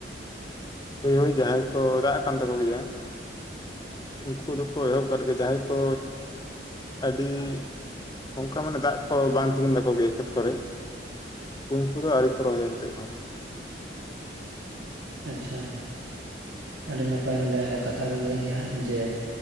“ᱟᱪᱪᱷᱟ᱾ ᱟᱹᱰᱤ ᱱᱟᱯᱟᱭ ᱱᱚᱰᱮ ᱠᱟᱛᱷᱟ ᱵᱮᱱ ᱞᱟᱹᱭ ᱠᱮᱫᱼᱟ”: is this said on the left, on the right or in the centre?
Right